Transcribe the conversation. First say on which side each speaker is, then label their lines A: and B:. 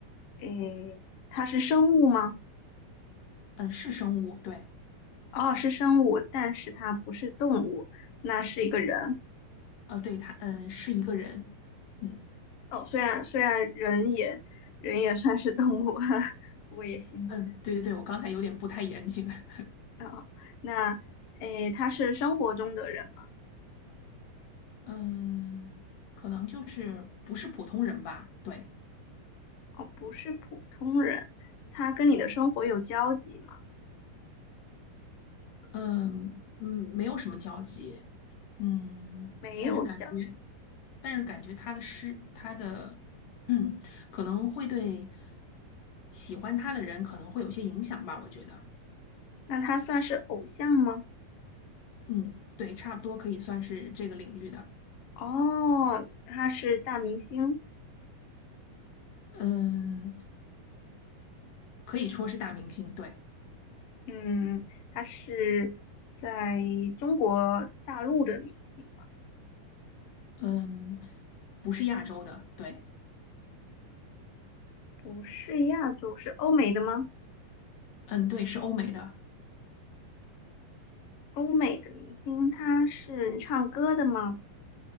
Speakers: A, on the left; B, on the left.
A: 诶，它是生物吗？
B: 嗯，是生物。对，
A: 哦，是生物，但是它不是动物，那是一个人。
B: 呃，对，它，嗯，是一个人。嗯
A: 哦，虽然虽然人也人也算是动物，<laughs> 哈，不过也行。
B: 嗯，对对对，我刚才有点不太严谨。<laughs>
A: 啊，那诶，他是生活中的人吗？
B: 嗯，可能就是不是普通人吧。对，
A: 哦，不是普通人，他跟你的生活有交集吗？
B: 嗯嗯，没有什么交集。嗯，
A: 没有交集，
B: 但是感觉。但是感觉他的诗，他的，嗯，可能会对喜欢他的人可能会有些影响吧，我觉得，
A: 那他算是偶像吗？
B: 嗯，对，差不多可以算是这个领域的，
A: 哦，他是大明星，
B: 嗯，可以说是大明星，对，
A: 嗯，他是在中国大陆的明星吗？
B: 嗯，不是亚洲的，对，
A: 不是亚洲，是欧美的吗？
B: 嗯，对，是欧美的，
A: 欧美的明星，他是唱歌的吗？